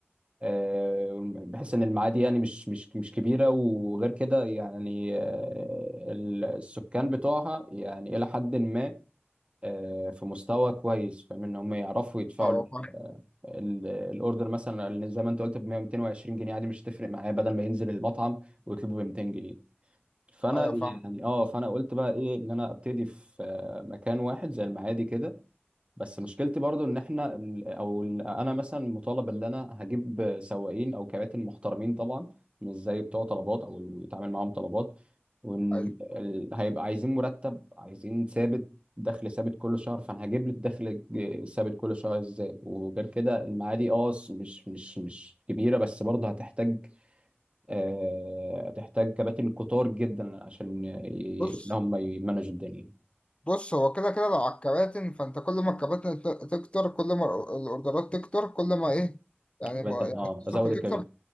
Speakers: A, on the right; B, on the left.
A: آه، بحيث ان المعادي يعني مش مش مش كبيره وغير كده يعني آه، السكان بتوعها يعني الى حد ما آه، في مستوى كويس فاهم ان هم يعرفوا يدفعوا
B: أه آه،
A: ال-
B: فاهم
A: ال- الاوردر مثلا اللي زي ما انت قلت ب 100 220 جنيه عادي مش تفرق معايا بدل ما ينزل المطعم ويطلبه ب 200 جنيه فانا
B: أيوه
A: يعني
B: فاهم
A: اه فانا قلت بقى ايه ان انا ابتدي في آه، مكان واحد زي المعادي كده بس مشكلتي برضو ان احنا ال- او ال- انا مثلا مطالب ان انا هجيب سواقين او كباتن محترمين طبعا مش زي بتوع طلبات او اللي بيتعامل معاهم طلبات وان
B: أيوه
A: ال- هيبقى عايزين مرتب عايزين ثابت دخل ثابت كل شهر فانا هجيب لك دخل ج- ثابت كل شهر ازاي وغير كده المعادي اه س- مش مش مش كبيره بس برضه هتحتاج آه هتحتاج كباتن كتار جدا عشان ي-
B: بص
A: ان هم يمانجوا الدنيا
B: بص هو كده كده لو على الكباتن فانت كل ما الكباتن ت- تكتر كل ما الاوردرات تكتر كل ما ايه يعني
A: كباتن
B: ما يعني
A: اه
B: الصفقه
A: ازود الكباتن
B: تكتر